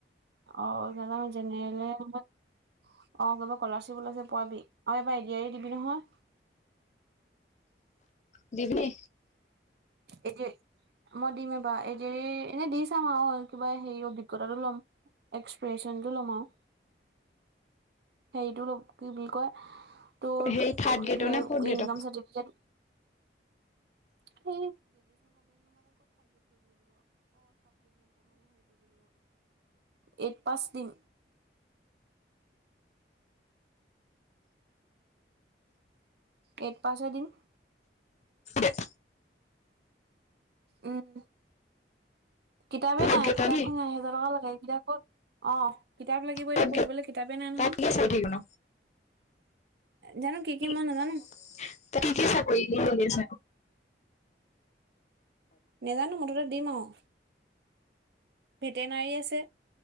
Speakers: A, on the right (about 65°); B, on the left (about 40°).
A: অ' জেনেৰেল হে অহ' কবা স্কলাৰশ্বিপ ওলাইছে পোৱালি। আৰু এবাৰ এ ডি আই দিবি নহয়?
B: দিবি নে?
A: এ দি আৰ ই মই দিম এইবাৰ চাম আৰু কিবা হে অভিজ্ঞতাটো ল'ম এক্সপ্ৰেচন টো ল'ম আৰু। সেইটো কি বুলি কয় টোৰ
B: হেৰি থাৰ্ড
A: ইনকম
B: গ্ৰেডৰ নে ফৰ্থ গ্ৰেডৰ
A: চাৰটিফিকেট <inaudible> এইট পাছ দিম। এইত পাছ হে দিম
B: এক
A: উম কিতাপে
B: ফৰ্থ
A: নাই
B: গ্ৰেডৰ
A: কিতাপখন
B: নি
A: এ হেজাৰ টকা লগাই ক'ত অ' কিতাপ লাগিব এতিটো
B: ফৰ্থ
A: পঢ়িবলে
B: গ্ৰেড
A: কিতাপেই নাই নহয়
B: তাত কি চাকৰি ন <inaudible>
A: জানো কি কি মই নাজানো নেজানো মুঠতে দিম আৰু, ভেটেনাৰী আছে।